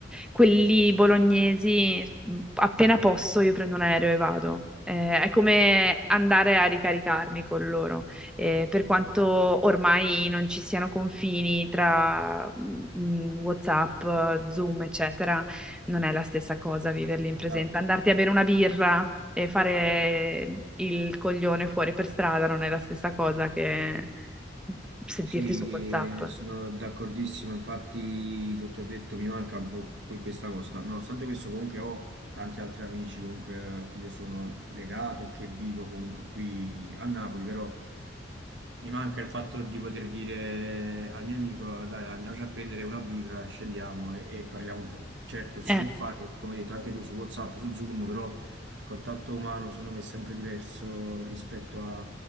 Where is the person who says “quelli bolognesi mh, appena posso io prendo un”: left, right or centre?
Centre